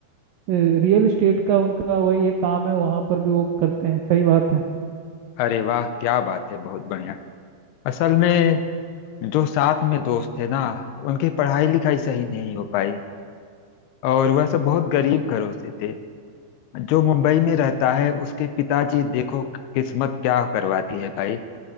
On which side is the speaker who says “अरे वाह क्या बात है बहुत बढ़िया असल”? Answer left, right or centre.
Left